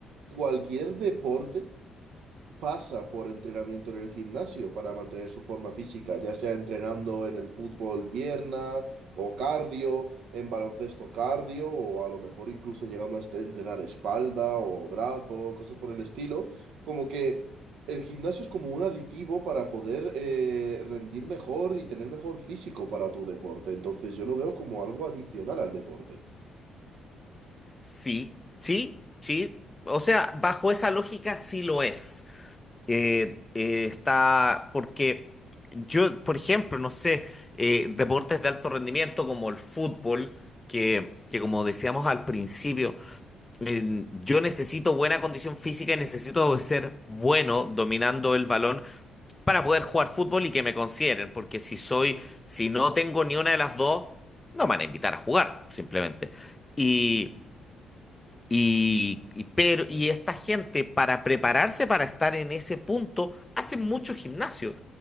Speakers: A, on the right; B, on the left.
A: cualquier deporte pasa por entrenamiento en el gimnasio para mantener su forma física, ya sea entrenando en el fútbol pierna o cardio, en baloncesto cardio o a lo mejor incluso llegando a este- entrenar espalda o brazo, cosas por el estilo, como que el gimnasio es como un aditivo para poder eh, rendir mejor y tener mejor físico para tu deporte, entonces yo lo veo como algo adicional al deporte.
B: Sí, sí, sí. O sea, bajo esa lógica sí lo es. eh, eh, está porque yo, por ejemplo, no sé, eh, deportes de alto rendimiento como el fútbol, que, que como decíamos al principio, eh, yo necesito buena condición física y necesito ser bueno dominando el balón para poder jugar fútbol y que me consideren, porque si soy, si no tengo ni una de las dos, no me van a invitar a jugar, simplemente. Y, y, y- pero, y esta gente, para prepararse para estar en ese punto, hace mucho gimnasio.